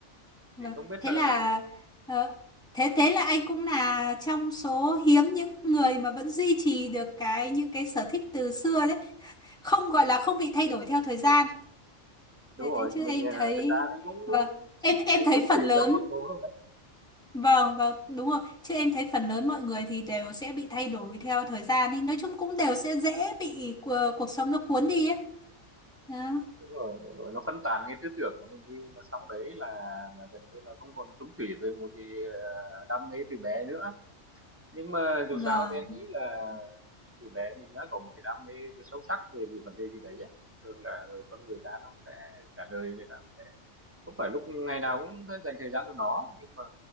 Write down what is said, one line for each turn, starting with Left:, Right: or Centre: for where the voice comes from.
Centre: vâng
Right: thì không biết
Centre: thế
Right: là
Centre: là ờ, thế thế là anh cũng là trong số hiếm những người mà vẫn duy trì được cái những cái sở thích từ xưa đấy không gọi là không bị thay đổi theo thời gian
Right: đúng
Centre: đấy
Right: rồi
Centre: chứ
Right: mình
Centre: em
Right: à,
Centre: thấy
Right: thực ra thì cũng,
Centre: vâng
Right: cũng, cũng
Centre: em
Right: chỉ
Centre: em thấy
Right: chung
Centre: phần
Right: thủy
Centre: lớn
Right: cho một số
Centre: Vâng, vâng, đúng rồi. Chứ em thấy phần lớn mọi người thì đều sẽ bị thay đổi theo thời gian nên nói chung cũng đều sẽ dễ bị cu- cuộc sống nó cuốn đi ấy. Đó.
Right: đúng rồi đúng rồi nó phân tán cái tư tưởng của mình đi mà xong đấy là là gần như là không còn trúng thủy với một cái ờ, đam mê từ bé nữa nhưng mà dù
Centre: Vâng,
Right: sao thì anh nghĩ là từ bé mình đã có một cái đam mê sâu sắc về cái vấn đề gì đấy ấy. thường là người con người ta nó sẽ cả đời người ta không phải lúc ngày nào cũng phải dành thời gian cho nó nhưng mà